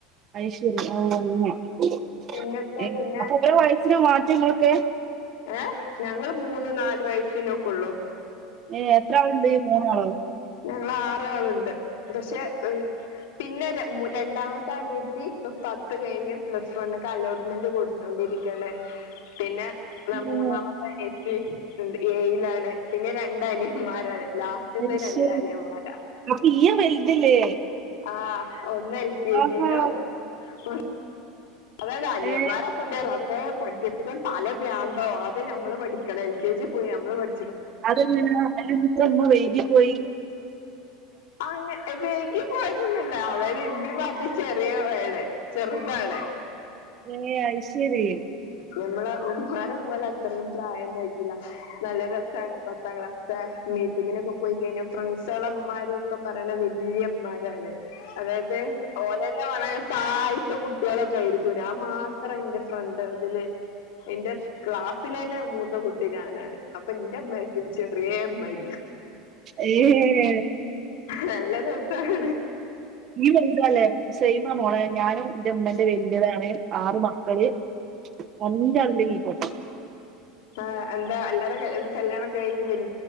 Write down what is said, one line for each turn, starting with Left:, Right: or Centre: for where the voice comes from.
Right: ഐശ്വര്യ ആ <unintelligible>
Left: പിന്നത്തെ പിന്നെ
Right: അപ്പൊ ഓരോ വയസ്സിനും മാറ്റങ്ങള് ക്കേ
Left: ഏഹ് ഞങ്ങള് മൂന്ന് നാലു വയസ്സിനോ കൊള്ളു.
Right: ഏ എത്ര ആളുണ്ട് മൂന്നാളോ
Left: ഞങ്ങള് ആറാളുണ്ട്. പക്ഷെ പിന്നെ രണ്ടാമത്തെ അനിയത്തി ഇപ്പൊ പത്ത് കഴിഞ്ഞ് പ്ലസ് വൺ അലോട്ട്മെന്റ് കൊടുത്തൊണ്ടിരിക്കണേ പിന്നെ എന്ന
Right: ഏ
Left: മൂന്നാമത്തെ അനിയത്തി ഏയിലാണ് പിന്നെ രണ്ടനിയൻമാരാ ലാസ്റ്റ്തേത്
Right: അയ്ശരി
Left: രണ്ടനിയൻമാരാ
Right: അപ്പൊ ഇയ്യ് വലുതില്ലേ
Left: ആഹ്. ഒന്ന് എൽ കെ
Right: ആഹാ
Left: ജിയിലും ഒ അതെ തെ അനിയൻന്മാരെ
Right: ഏ
Left: കൊണ്ട് റബ്ബേ പഠിപ്പിക്കാൻ പല പ്രാന്താവൂ അത് നമ്മള് പഠിക്കണം എൽ കെ ജി പോയി നമ്മൾ പഠ
Right: അത് എന്തിനാ <unintelligible> ഇമ്മ വഴകി പോയി.
Left: അങ്ങ് വൈകി <unintelligible> അവര് ഇമ്മയും വാപ്പയും ചെറിയവര് ചെർതാണ്
Right: ഏയ് അയ്ശരി
Left: ഞമ്മളെ ഉമ്മമാരെ പോലെ അത്രയും പ്രായൊന്നായിട്ടില്ല നല്ല രസാണ് പത്താം ക്ലാസിത്തെ മീറ്റിങ്ങിനൊക്കെ പോയ് കഴിഞ്ഞാ ഫ്രണ്ട്സെളമ്മാരും ഒക്കെ പറണെ വല്ല്യയമ്മാരാണ് അതായത് ഓനന്നെ വേണ സായിത്തെ കു കുട്ട്യേളൊക്കെ ആയിരിക്കും ഞാൻ മാത്രം ഇൻ്റെ ഫ്രണ്ടാണ് തില് എന്റെ ക്ലാസ്സിലെന്നെ മൂത്ത കുട്ടി ഞാനാണ് അപ്പ ന്റെമ്മയ്ക്കും ചെറ്യേ മയ്
Right: ഏഹ്
Left: നല്ലരസാണ്
Right: നീ വലുതാല്ലേ സൈമ മോളേ ഞാനും എന്റെമ്മന്റെ വല്യയതാണ് ആറ് മക്കള് അഞ്ചാള്ന്റെ കീപോട്ട
Left: ആഹ് എന്താ എല്ലാര കല്യാണൊക്കെ കഴിഞ്ഞ് വൽ